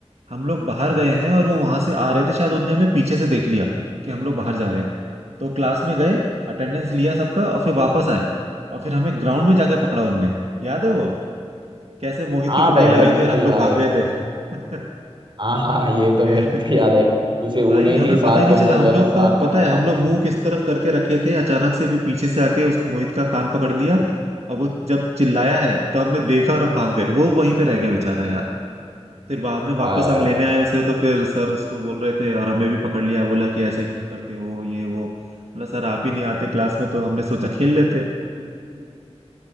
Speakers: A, on the right (about 70°); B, on the right (about 45°).
A: हम लोग बाहर गए हैं और वो वहां से आ रहे थे शायद उनने हमें पीछे से देख लिया कि हम लोग बाहर जा रहे हैं तो क्लास में गए अटेंडेंस लिया सबका और फिर वापस आए और फिर हमें ग्राउंड में जाके पकड़ा उनने याद है वो कैसे मोहित
B: हाँ
A: की पिटाई
B: भाई
A: लगाई
B: मेरे को
A: थी और हम
B: तो याद
A: लोग भाग
B: है
A: गए थे <laughs>
B: हाँ हाँ ये तो
A: अरे,
B: मेरे को तो याद है उसे उन्हें
A: भाई हमें
B: ही सार
A: पता ही
B: को
A: नहीं चला
B: मिल
A: हम
B: गया
A: लोग
B: सार
A: का
B: ने
A: पता
B: उसे
A: है हम
B: परमिशन
A: लोग मुंह किस तरफ करके रखे थे अचानक से भी पीछे से आके उस मोहित का कान पकड़ लिया और वो जब चिल्लाया है तो हमने देखा और हम भाग गए वो वहीं पे रह गया बेचारा यार फिर बाद में वापस
B: भाई
A: हम लेने
B: भाई
A: आए उसे तो फिर सर उसको बोल रहे थे और हमें भी पकड़ लिया बोला कि ऐसे क्यों करते हो ये वो बोला सर आप ही नहीं आते क्लास में तो हमने सोचा खेल लेते